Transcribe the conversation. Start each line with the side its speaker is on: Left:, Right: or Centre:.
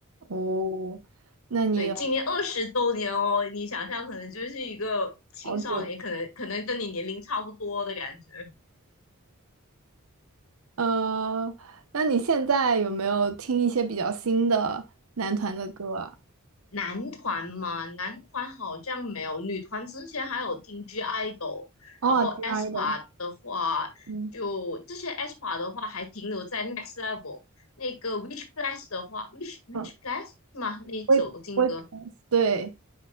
Right: 哦，那你有
Left: 对，今年二十周年哦，你想象可能就是一个青少年，
Right: 好久？
Left: 可能可能跟你年龄差不多的感觉。
Right: 呃，那你现在有没有听一些比较新的男团的歌啊？
Left: 男团嘛，男团好像没有，女团之前还有听 G IDOL，
Right: 哦，G.I.
Left: 然后 a s
Right: d 的，
Left: p a 的话，
Right: 嗯
Left: 就这些 a s p a 的话还停留在 Next Level。那个 Which Plus 的话，Which Which
Right: 嗯，
Left: Plus 是吗？那一首新歌，
Right: 微微博，对